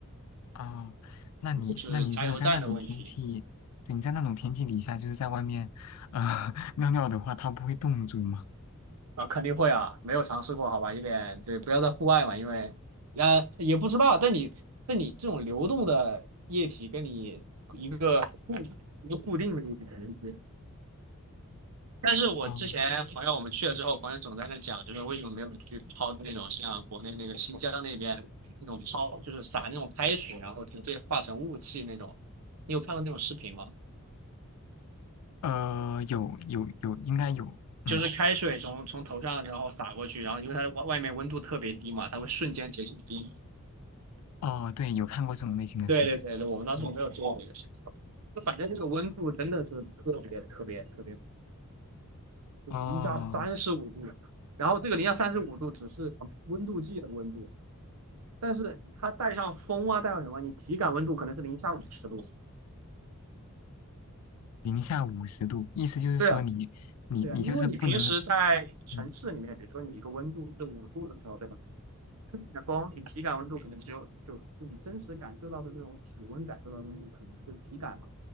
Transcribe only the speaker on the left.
啊，那你那你如果在那种天气，
对，你在那种天气底下，就是在外面，呃 <laughs>，尿尿的话，它不会冻住吗？
哦
呃，有有有，应该有，嗯，
哦，对，有看过这种类型的视频，
嗯，
哦，
零下五十度，意思就是说你你你就是不能，
嗯，